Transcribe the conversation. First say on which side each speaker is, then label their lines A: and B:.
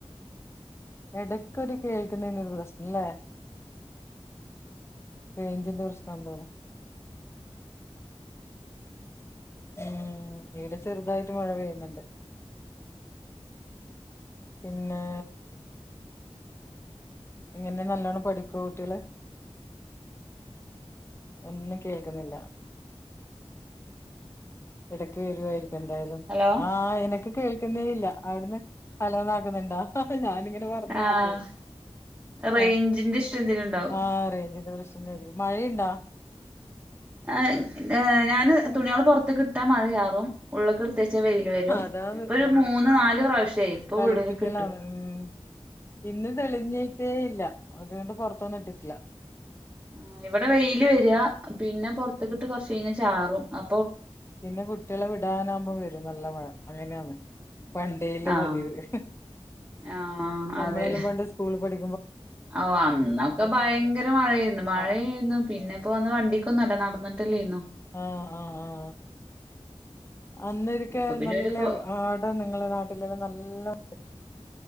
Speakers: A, on the left; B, on the right.
A: എടക്കൊരു കേൾക്ക്ന്നേനൊരു പ്രശ്നലേ റെയ്ഞ്ച്ന്റെ പ്രശ്നാന്ന് തോണു ഉം ഈടെ ചെർതായിട്ട് മഴ പെയ്യ്ന്ന്ണ്ട് പിന്നേ എങ്ങനെ നല്ലോണം പഠിക്കോ കുട്ട്യേള് ഒന്നും കേൾക്ക്ന്നില്ല എടക്ക് വരുവായിരി ക്കും എന്തായാലും
B: ഹലോ
A: ആ എനക്ക് കേൾക്കുന്നേ ഇല്ല അവിട്ന്ന് ഹലോന്നാക്ക്ന്ന്ണ്ടാ ഹ ഹ ഞാനും ഇങ്ങനെ പറഞ്ഞാേണ്ട്ക്കായ്ര്
B: ആഹ് റേഞ്ചിന്റെ
A: ആ
B: ഇഷ്യൂ എന്തേലും ഉണ്ടാവും
A: ആ റെയ്ഞ്ച്ന്റെ പ്രശ്നം <unintelligible> മഴയ്ണ്ടാ
B: ആ ഏ ഞാന് തുണികള് പുറത്ത്ക്ക്ട്ടാ മഴയാ കും ഉള്ള്ക്ക്ട്ത്തെച്ച വെയ്ല് വെരും
A: അതാന്ന്
B: ഇപ്പൊ ഒരു
A: നല്ല
B: മൂന്ന് നാല് പ്രാവശ്യായി ഇപ്പൊ
A: കളിപ്പിക്കലാണ്
B: ഉള്ള്ൽക്ക്ട്ടു
A: ഉം ഇന്ന് തെളിഞ്ഞിട്ടേ ഇല്ല അതുകൊണ്ട് പാെറത്തൊന്നു ഇട്ടിട്ട്ല്ല
B: ആ ഇവിടെ വെയില് വര പിന്നെ പാെർത്ത്ക്ക്ട്ട് കാെർച്ച് കഴിഞ്ഞ ചാറും അ
A: പിന്നെ കുട്ട്യളെ വിടാനാകുമ്പോ വരും നല്ല മഴ അങ്ങനെയാന്ന് പണ്ടേ ഇല്ല
B: ആഹ്
A: പതിവ്ലേ
B: ആഹ്
A: നമ്മളെല്ലാം
B: അതെ
A: പണ്ട് സ്കൂളിൽ പഠി
B: ഓ അന്നൊക്കെ ഭയങ്കര മഴേയ്ര്ന്നു മഴേയ്ര്ന്നു
A: ആ
B: പിന്നെപ്പോ അന്ന് വണ്ടിക്കൊന്നും അല്ല നട നടന്നിട്ടേല്ലേയ്ന്നാേ
A: ആ അ അ ആ അന്നാെരിക്കെ
B: ഇപ്പൊ പിന്നെ
A: നല്ല
B: ഒരു കൊ
A: ആടെ നിങ്ങളെ നാട്ടിലെല്ലാം നല്ല